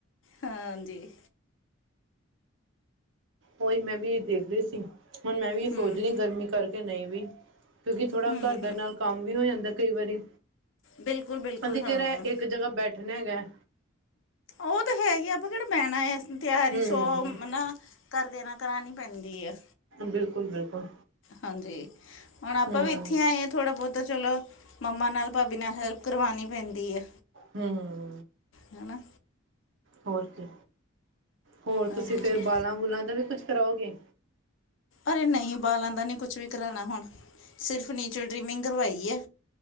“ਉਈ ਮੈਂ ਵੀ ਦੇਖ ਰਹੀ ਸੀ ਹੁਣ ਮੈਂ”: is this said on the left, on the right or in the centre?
Right